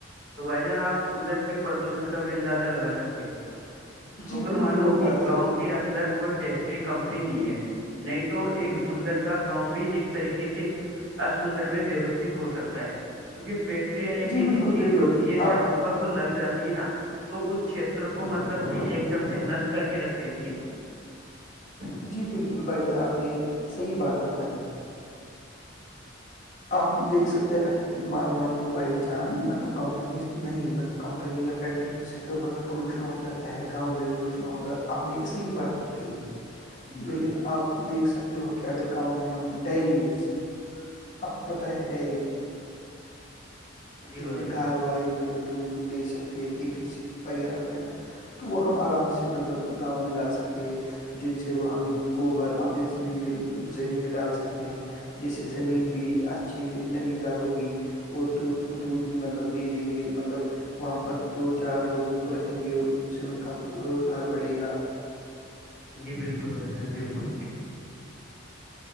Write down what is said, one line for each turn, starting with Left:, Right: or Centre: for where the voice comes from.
Right: تو بھائی جان آپ ادھر کے پردوشن کا بھی اندازہ لگا سکتے ہو
Left: جی
Right: شکر
Left: بالکل
Right: مانو
Left: وہ
Right: کی
Left: بات
Right: گاؤں
Left: ہے
Right: کے کے اندر کوئی فیکٹری کمپنی نہیں ہے نہیں تو ایک
Left: بال
Right: سندر سے گاؤں بھی ایک طریقے سے اسسندر میں ویوستھت ہو سکتا ہے کیکہ فیک ایک
Left: جی
Right: ایسی
Left: بالکل
Right: چیز
Left: بالکل
Right: ہوتی ہے
Left: آپ
Right: جہاں پر وہ لگ جاتی ہے نا تو اس چھیتر کو مطلب کہ ایک دم سے نشٹ کر کے رکھ دیتی ہے
Left: جی بالکل بھائی جان آپ نے صحیح بات بتائی آپ دیکھ سکتے ہیں اچھا مان لو بھائی چاند مطلب کمپنیز نہیں مطلب کمپنی یا فیکٹریوں سے تو مطلب پولوشن ہو جاتا ہے گاؤں میں پوشن ہوگا آپ نے صحی بات کہ
Right: جی بھائی
Left: لیکن آپ دیکھ سکتے ہو کہ اگر گاؤں میں ہم ڈائریز آپ کو پتہ ہے ڈائریز
Right: جی
Left: جس
Right: بھائی
Left: میں
Right: جان
Left: گائے وائے مطلب دودھ وودھ بیچ سکتے ہیں ای وغیرہ وغیرہ تو وہ ہم آرام سے مطلب گاؤں میں لا سکتے ہیں جن سے وہ ہم گوبر اپنی زمین میں زمین میں ڈال سکتے ہیں جس سے زمین بھی اچھی نمی دار ہوگی اور دودھ دودھ بھی مطلب بیجیں گے مطلب وہاں پر دو چار لوگوں کو رکھیں گے ان سے ان کا روزگار بڑھے گا
Right: جی بالکل بھائی جان بالکل